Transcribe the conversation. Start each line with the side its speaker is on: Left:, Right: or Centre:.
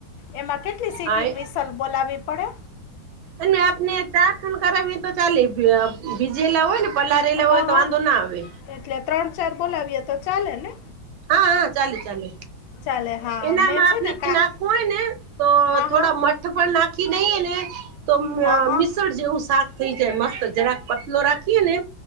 Left: એમાં કેટલી સી
Right: હા એ
Left: ચલ બોલાવી પડે
Right: અને આપને ચાર ખંડ કરાવીએ તો ચાલે બીજેલા હોય ને. પલારેલા
Left: હા
Right: હોય તો
Left: હા
Right: વાંધો ના આવે.
Left: એટલે ત્રણ ચાર બોલાવીએ તો ચાલે ને.
Right: હા હા ચાલે ચાલે
Left: ચાલે હા
Right: એનામાં
Left: મેં છે
Right: આપણે
Left: ને કા
Right: નાખવું હોય, ને તો
Left: હા
Right: થોડા
Left: હા
Right: મટ પણ નાખી નઈને તો
Left: હા હા
Right: મિશળ જેવુ થઈ જાય મસ્ત જરાક પતલો રાખીએ ને